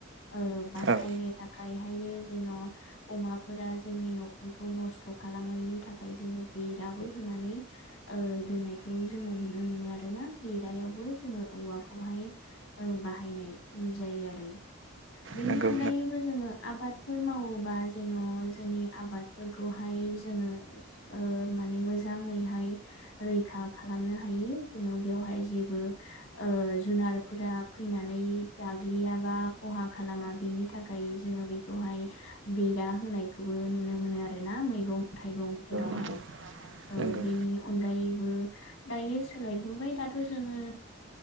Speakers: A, on the left; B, on the right.
A: ओ बासायनो
B: औ
A: थाखाय हायो जेन' अमाफोरा जोंनि न'खरखौ नस्थ' खालामैनि थाख ओमफ्राय जोंङो बेराबो होनानै ओ दोननायखौ जोंङो नुनो मोनो आरोना बेरायावबो जोंङो औवाखौहाय ओ बाहायनाय <unintelligible> जायो आरो। बेनि
B: नंगौ
A: अनगायैबो जोंङो आबादफोर मावोबा जेन' जोंनि आबाद फोरखौहाय जोंङो ओ माने मोजांङैहाय रैखा खालामनो हायो जोंङो बेवहाय जेबो ओ जुनारफोरा फैनानै गाग्लियाबा खहा खालामा बिनि थाखाय जोंङो बेखौहाय बेरा होनायखौबो नुनो मोनो आरो ना मैगं थाइगंफोरावहाय।
B: नुनो मोनो
A: औव
B: आरोना
A: बेनि अनगायैबो दायो सोलायबोबाय दाथ' जोंङो